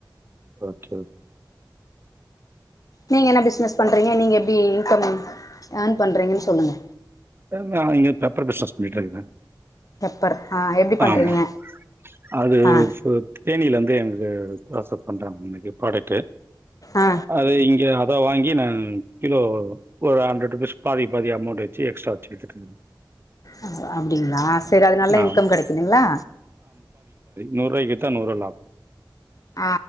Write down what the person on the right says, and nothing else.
ஓகே ஒ
அ நா இங்க பேப்பர் பிஸ்னஸ் பண்ணீட்ருக்கே
ஆமா அது
ஃபு தேனிலேந்து எனக்கு ரெஃபர் பண்றாங்க எனக்கு ப்ராடக்ட் டு
அது இங்க அத வாங்கி நான் கிலோ ஒரு ஹண்ரட் ருபீஸ் பாதி பாதி அமௌன்ட் வச்சு எக்ஸ்ட்ரா செதுக்குங்
ஆமா.
நூற்ருவாய்க்கு வித்தா நூற்ருவா லாபோ